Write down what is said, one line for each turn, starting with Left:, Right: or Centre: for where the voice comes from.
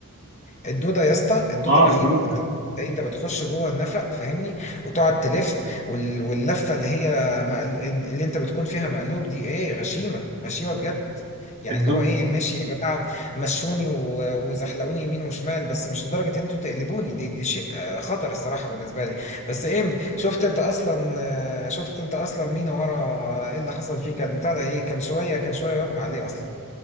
Left: الدوده يا اسطى الدوده
Right: اه
Left: رهيبه
Right: الدودة
Left: انت انت بتخش جوه النفق فاهمني وتقعد تلف وال... واللفه اللي هي مقل... اللي انت بتكون فيها مقلوب دي ايه غشيمه غشيمه بجد يعني
Right: الدودة
Left: اللي هو ايه ماشي يا جماعه مشوني و... وزحلقوني يمين وشمال بس مش لدرجه ان انتوا تقلبوني دي دي شيء آه، خطر الصراحه بالنسبه لي بس ايه شفت انت اصلا آه، شفت انت اصلا مين ورا ايه اللي حصل فيه كان بتاع ده ايه كان شويه كان شويه يغمى عليه اصلا